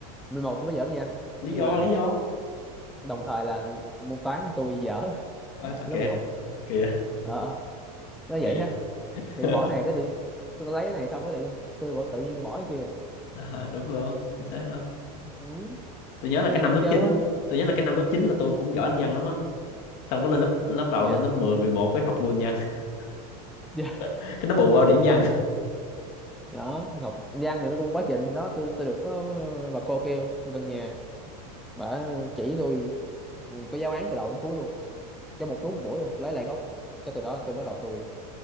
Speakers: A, in the centre; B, on the left.
A: mười một tôi mới giỏi anh văn
B: lý
A: nhưng
B: do
A: mà
B: lý do.
A: đồng thời là môn toán tôi dở <laughs>
B: Ờ à,
A: lớp
B: kìa,
A: 11
B: kìa,
A: ờ ờ, nó
B: kìa.
A: vậy ha
B: <laughs>
A: thì bỏ này cái đi tôi lấy cái này xong cái đi tôi bỏ tự nhiên tôi bỏ cái kia
B: À, đúng luôn, chính xác luôn.
A: ừ.
B: Tôi nhớ là
A: tại
B: cái năm
A: ham
B: lớp
A: chơi
B: 9
A: quá
B: tôi nhớ là cái năm lớp 9 là tôi cũng giỏi anh văn lắm á. Xong có lên lớp lớp đầu
A: dạ
B: lên lớp mười mười một cái học nguyên văn. <laughs>
A: <laughs> yeah.
B: Cái nó bù qua điểm văn.
A: đó Ngọc Giang thì nó cũng quá trình đó tôi tôi được có ờ, bà cô kêu gần nhà bà chỉ tôi có giáo án từ đầu đến cuối luôn trong một đúng một buổi luôn tôi lấy lại gốc cái từ đó tôi bắt đầu tôi